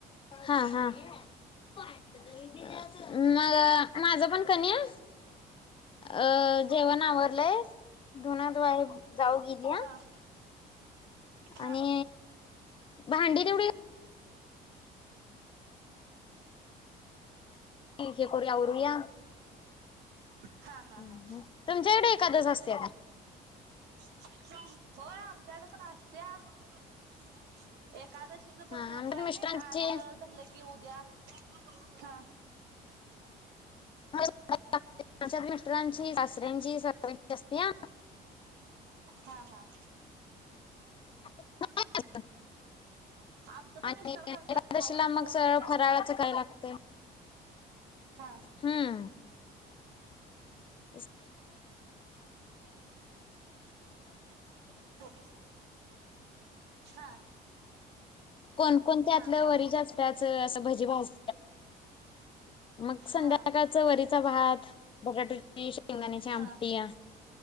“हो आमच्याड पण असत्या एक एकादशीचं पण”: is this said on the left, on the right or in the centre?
Right